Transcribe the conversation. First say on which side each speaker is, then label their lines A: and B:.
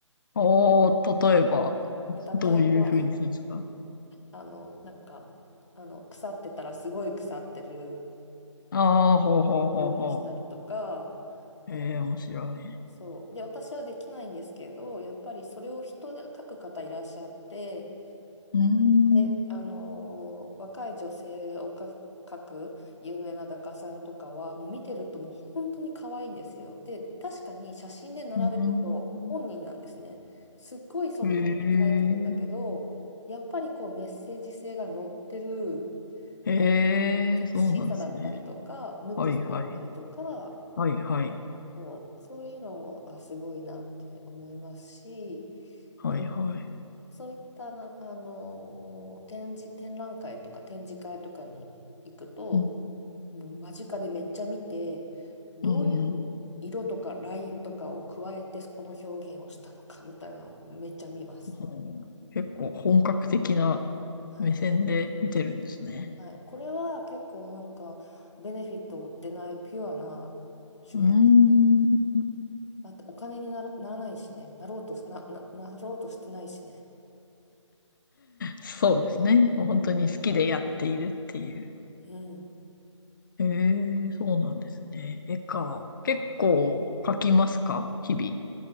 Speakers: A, on the left; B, on the left.
A: おー、例えば、
B: で、例えば、
A: どういう風にするんですか
B: あの、なんか、あの、腐ってたらすごい腐ってる
A: ああー、ほうほうほうほ
B: ようにしたりとか、
A: う。
B: あの、
A: ええ、面白い。
B: そう。で、私はできないんですけど、やっぱりそれを人で書く方いらっしゃって、
A: うーん、
B: で、あのー若い女性をか描く有名な画家さんとかはもう見てるともう本当に可愛いんですよ。で確かに写真で並べると本人なんですね。
A: うーん。
B: すっごいそっくりに描いてるんだけどやっぱりこうメッセージ性が乗ってる
A: へえ、へえ、
B: あセクシーさだったりとか無垢さだったりとか
A: そうなんですね。はいはい。はいはい。
B: そう、そういうのもあすごいなって思いますし。
A: はいはい。
B: でそういったな、あのー展示、展覧会とか展示会とかに行くと、
A: うん、
B: もう間近でめっちゃ見て、どういう
A: うん、うん。
B: 色とかラインとかを加えてこの表現をしたのかみたいなのをめっちゃ見ます。
A: ほう結構本格的な
B: はい。
A: 目線で見てるんですね。
B: はい。これは結構なんかベネフィットを負ってないピュアな趣味だと思います。
A: うーん。
B: だってお金になら、ならないしね。なろうとし、な、な、なろうとしてないしね。
A: そうですね。本当に好きでやっているっていう。
B: うん。うん。
A: ええ、そうなんですね。絵か。結構描きますか日々。